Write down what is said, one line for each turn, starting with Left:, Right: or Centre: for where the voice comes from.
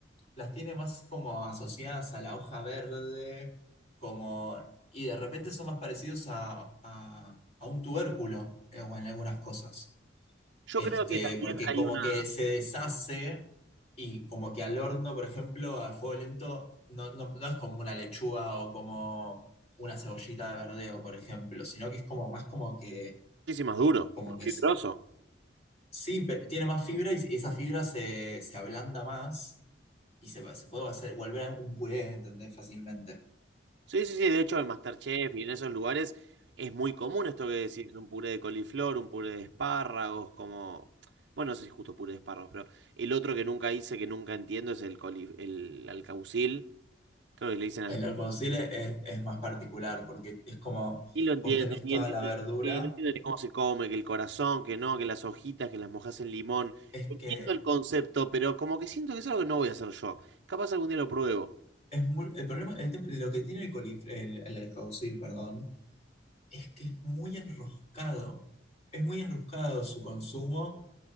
Left: las tiene más como asociadas a la hoja verde, como, y de repente son más parecidos a, a- a un tubérculo eh, o en algunas cosas.
Right: Yo
Left: Este,
Right: creo que también
Left: porque
Right: hay
Left: como
Right: una,
Left: que se deshace y como que al horno, por ejemplo, a fuego lento, no, no, no es como una lechuga o como una cebollita de verdeo, por ejemplo, sino que es como más como que,
Right: muchísimas duro,
Left: como
Right: más
Left: que
Right: fibroso.
Left: s- sí, pe- tiene más fibra y esa fibra se, se ablanda más y se, se puede hacer, volver un puré, ¿entendés? Fácilmente.
Right: Sí, sí, sí, de hecho en MasterChef y en esos lugares es muy común esto que decís, un puré de coliflor, un puré de espárragos, como, bueno, no sé si justo puré de espárragos, pero el otro que nunca hice, que nunca entiendo, es el coli- el alcaucil, creo que le dicen al...
Left: El arcocile es, es más particular porque es como
Right: Y lo entiendo,
Left: vos tenés
Right: ni
Left: toda
Right: entiendo,
Left: la verdura,
Right: sí, no entiendo ni cómo se come, que el corazón, que no, que las hojitas, que las mojas en limón,
Left: es
Right: entiendo
Left: que
Right: el concepto, pero como que siento que es algo que no voy a hacer yo, capaz algún día lo pruebo.
Left: es muy, el problema, el tem- lo que tiene el colif el, el alguacil, perdón, es que es muy enroscado. Es muy enroscado su consumo